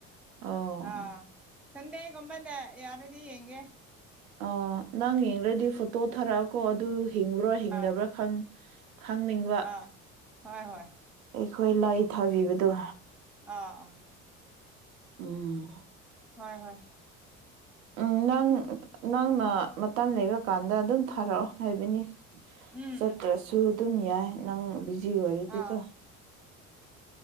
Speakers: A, on the right (about 75°); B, in the centre.
A: ꯑꯣ
B: ꯑ ꯁꯟꯗꯦꯒꯨꯝꯕꯗ ꯌꯥꯔꯗꯤ ꯌꯦꯡꯒꯦ
A: ꯑ ꯅꯪ ꯌꯦꯡꯔꯗꯤ ꯐꯣꯇꯣ ꯊꯥꯔꯛꯑ ꯀꯣ ꯑꯗꯨ ꯍꯤꯡꯕ꯭ꯔꯣ ꯍꯤꯡꯗꯕ꯭ꯔꯥ
B: ꯑꯥ
A: ꯈꯪ ꯈꯪꯅꯤꯡꯕ
B: ꯑꯥ ꯍꯣꯏ ꯍꯣꯏ
A: ꯑꯩꯈꯣꯏ ꯂꯥꯏ ꯊꯥꯕꯤꯕꯗꯣ
B: ꯑꯥ ꯑꯥ
A: ꯎꯝ
B: ꯍꯣꯏ ꯍꯣꯏ
A: ꯎꯝ ꯅꯪ ꯅꯪꯅ ꯃꯇꯝ ꯂꯩꯕ ꯀꯥꯟꯗ ꯑꯗꯨꯝ ꯊꯥꯔ‌ꯑꯣ ꯍꯥꯏꯕꯅꯤ
B: ꯎꯝ
A: ꯆꯠꯇ꯭ꯔꯁꯨ
B: ꯎꯝ
A: ꯑꯗꯨꯝ ꯌꯥꯏ ꯅꯪ ꯕꯤꯖꯤ ꯑꯣꯏꯔꯗꯤꯀꯣ
B: ꯑꯥ